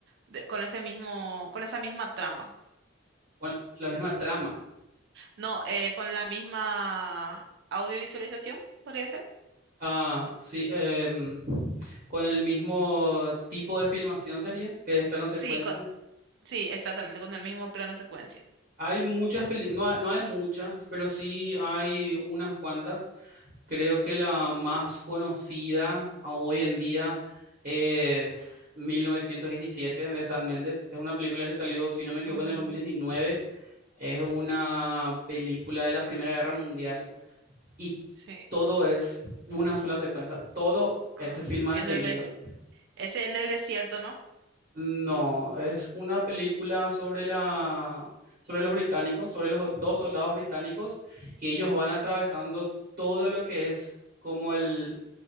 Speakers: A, on the right (about 60°); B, on the right (about 45°).
A: de- con ese mismo, con esa misma trama.
B: Bueno, la misma trama
A: No, eh, con la misma audiovisualización, podría ser.
B: Ah, sí, em, con el mismo tipo de filmación sería, que es plano secuencia.
A: Sí, con, sí, exactamente, con el mismo plano secuencia.
B: Hay muchas películas, no, ha- no hay muchas, pero sí hay unas cuantas. Creo que la más conocida a- hoy en día es mil novecientos diecisiete de San Méndez. Es una película que salió, si no me equivoco,
A: Ah,
B: en el 2019. Es una película de la Primera Guerra Mundial y
A: sí.
B: todo es una sola secuencia. Todo se
A: Ah,
B: filma
A: en
B: de seguido.
A: el des es en el desierto, ¿no?
B: No, es una película sobre la, sobre los británicos, sobre los do- dos soldados británicos, y ellos van atravesando todo lo que es como el,